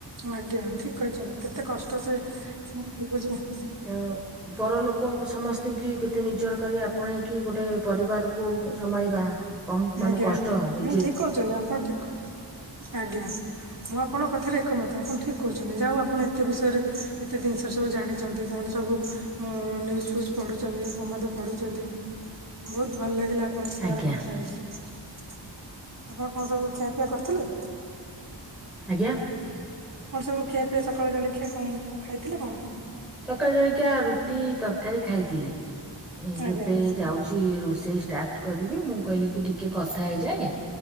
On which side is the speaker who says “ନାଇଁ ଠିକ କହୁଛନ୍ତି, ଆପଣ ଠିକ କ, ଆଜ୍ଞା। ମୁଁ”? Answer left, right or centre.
Right